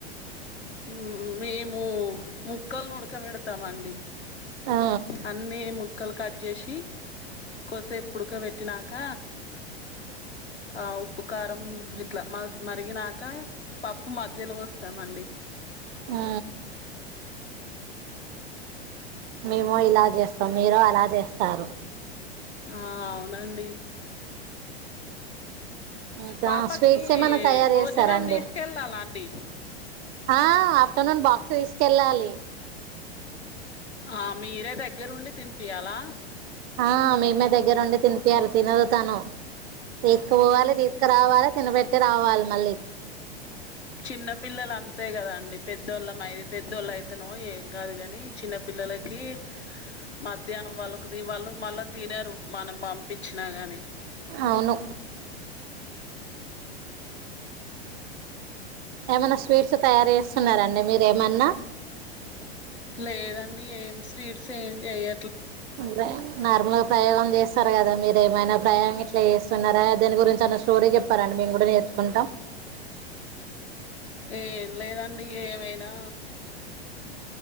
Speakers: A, on the left; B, on the right.
A: ఉహు మేము ముక్కలులను ఉడకబెడతామ అండి
B: ఆ
A: అన్నే ము క్కలు కట్ చేసి కొసేపు పుడకబెట్టినాక ఆ ఉప్పు కారం ఇట్లా మ మరిగినాక పప్పు మధ్యలో వస్తామండి.
B: ఆ మేము ఇలా చేస్తాం, మీరు అలా చేస్తారు.
A: ఆ అవునండి
B: ఇంకా
A: పాపకి
B: స్వీట్స్ ఏమైనా తయారు
A: భోజనం
B: చేస్తారండి
A: తీసుకెళ్ళాలా అండి?
B: ఆ ఆఫ్టర్నూన్ బాక్స్ తీసుకెళ్ళాలి
A: ఆ మీరే దగ్గరుండి తినిపియాలా?
B: ఆ మేమే దగ్గరండి తినిపియాలి తినదు తను తీసుకుపోవాలి, తీసుకురావాలి తినబెట్టి రావాలి మళ్ళీ
A: చిన్న పిల్లలు అంతే కదా అండి పెద్దోళ్ళ మ పెద్దోళ్ళు అయితేనో ఏం కాదు గాని చిన్న పిల్లలకి మ ధ్యానం వాళ్ళకు ద వాళ్ళు మళ్ళా తినరు మనం పంపించినా గాని
B: అవును ఏమైనా స్వీట్స్ తయారు చేస్తున్నారండి మీరేమన్నా?
A: లేదండి ఏం స్వీట్స్ ఏం చెయ్య
B: వందే నార్మల్గా ప్రయోగం చేస్తారు కదా మీరు ఏమైనా ప్రయోగం ఇట్లా చేస్తున్నారా దాని గురించి? తన స్టోరీ చెప్పారండి మేము కూడా నేర్చుకుంటాం.
A: ఎం లేదండి ఏమైనా